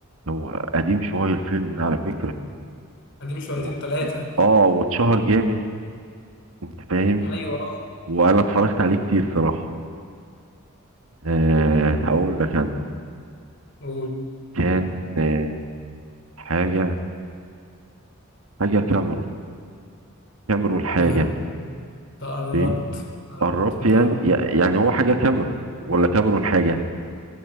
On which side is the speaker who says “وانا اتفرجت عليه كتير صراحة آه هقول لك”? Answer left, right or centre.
Right